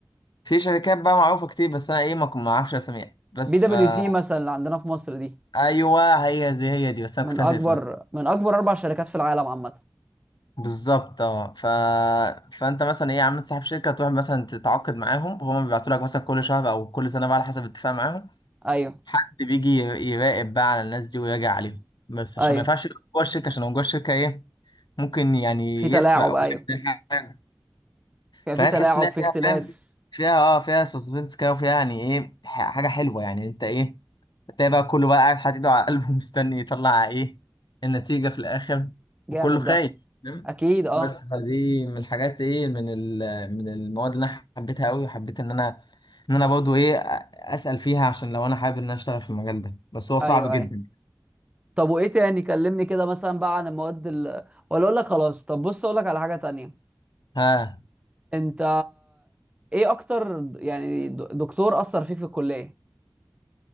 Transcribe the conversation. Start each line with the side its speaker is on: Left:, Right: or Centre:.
Left: في شركات بقى معروفة كتير بس أنا إيه ما كنت- ما أعرفش أساميها بس
Right: بي دبليو
Left: فا
Right: سي مثلا اللي عندنا في مصر دي
Left: أيوه هي زي هي دي بس أنا
Right: من
Left: كنت
Right: اكبر
Left: هسأل اسمها
Right: من اكبر اربع شركات في العالم عامه
Left: بالظبط اه ف... فانت مثلا ايه يا عم صاحب شركه تروح مثلا تتعاقد معاهم هما بيبعتوا لك مثلا كل شهر او كل سنه بقى على حسب الاتفاق معاهم
Right: ايوه
Left: حد بيجي ير- يراقب بقى على الناس دي ويراجع عليهم بس عشان
Right: ايوه
Left: ما ينفعش يبقى جوه الشركه عشان لو جوه الشركه ايه ممكن يعني
Right: في تلاعب
Left: يسرق او
Right: ايوه
Left: يعمل حاجه
Right: كان
Left: فهي
Right: في تلاعب
Left: تحس ان هي
Right: في
Left: فيها
Right: اختلاس
Left: فاهم فيها اه فيها سسبنس كده وفيها يعني ايه ح- حاجه حلوه يعني انت ايه تلاقي بقى كله بقى قاعد حاطط ايده على قلبه <laughs> مستني يطلع ايه النتيجه في الاخر
Right: جامد
Left: وكله خايف
Right: ده
Left: فاهم
Right: اكيد اه
Left: بس فدي من الحاجات ايه من ال- من المواد اللي انا حبيتها قوي وحبيت ان انا ان انا برضه ايه اسال فيها عشان لو انا حابب ان انا اشتغل في المجال ده بس هو صعب
Right: ايوه
Left: جدا
Right: ايوه طب وايه تاني كلمني كده مثلا بقى عن المواد ال... ولا اقول لك خلاص طب بص اقول لك على حاجه تانية
Left: ها
Right: انت ايه اكتر د- يعني د- دكتور اثر فيك في الكليه